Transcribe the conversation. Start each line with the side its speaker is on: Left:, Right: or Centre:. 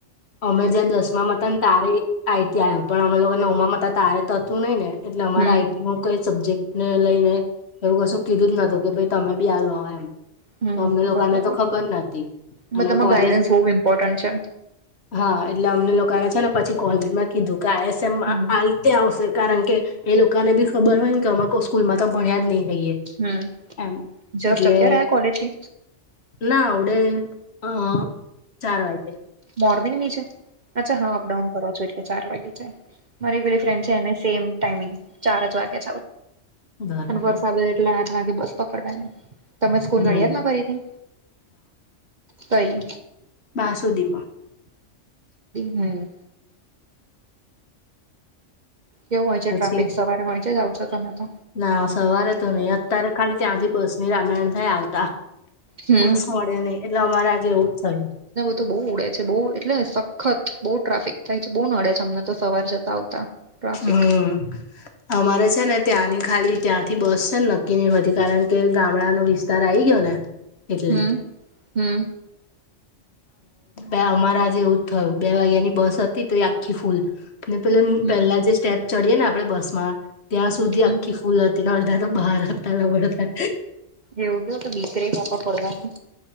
Left: અમેજ દસમા મતા તારે. આઈ ત પણ અમે લોકો ને ઓમામાં તારે થતું નઈ ને. એટલે અમારે
Right: હમ
Left: આઈટી નું કઈ સબ્જેક્ટ ને લઈ. એવું કશું કીધું જ નતું કે ભાઈ તમે બી આ લો એમ.
Right: હમ
Left: અમને લોકોને
Right: બરોબર
Left: તો ખબર નથીતી
Right: બધામાં
Left: અને કોલેજ.
Right: ગાઈડન્સ બહુ ઇમ્પોર્ટન્ટ છે
Left: હા એટલે અમને લોકોને છે ને પછી કોલેજમાં કીધું કે આઈ એસમ
Right: હમ
Left: આ. તે આવશે કારણ કે એ લોકોને બી ખબર હોય ને કે અમે કોઈ સ્કૂલ માં તો ભણ્યા જ નહીિ.
Right: હમ
Left: એમ
Right: જસ્ટ
Left: એટલે.
Right: અત્યારે આ કોલેજથી
Left: ના આવડે હ ચાર વાગે.
Right: મોર્નિંગ ની છે અચ્છા હા અપડાઉન કરો છો એટલે ચાર વાગે જાય મારી ફ્રેન્ડ છે એને. સેમ ટાઈમિંગ ચારજ વાગેજ
Left: બરાબર
Right: અને વરસા એટલે. બસ પકડવાની તમે સ્કૂલ
Left: હમ
Right: ન દ ના કરીથી. કઈ.
Left: મા સુધીમાં.
Right: હમ. કેવું હોય છે
Left: પછી
Right: ટ્રાફિક સવારે હોય છે જાાવ છો તમે તો.
Left: ના સવારે તો નહી અત્યારે ખાલી ત્યાંથી બસ ની રામાયણ થાય આવ.
Right: હમ
Left: બસ મળે નને એટલે અમારે આજે એવુંજ થયું.
Right: તો બહુ ઉડે છે બહુ એટલે સખત બહુ ટ્રાફિક થાય છે બહુ નડે છે અમને તો સવાર જતા આવતા. ટ્રાફિક
Left: હમ. અમારે છે ને ત્યાંની ખાલી ત્યાંથી બસ છે ને નક્કી નહી હોતી કારણ કે ગામડાનો વિસ્તાર. તાર આ આવી ગયો ને એટલે.
Right: હમ હમ
Left: અ અમારે આજે એવુંજ થયું બે વાગ્યાની બસ હતી તો એ આખી ફૂલ. ને પે
Right: હમ
Left: પેલા જે સ્ટેપ ચડીયે ને આપડે બસ માં ત્યાં સુધી
Right: હમ
Left: આખી. સ્કુલતી ના અડતા તો ભારતલા પડતા.
Right: એવું કેયું તો દીકરે બાપડ પડવાની.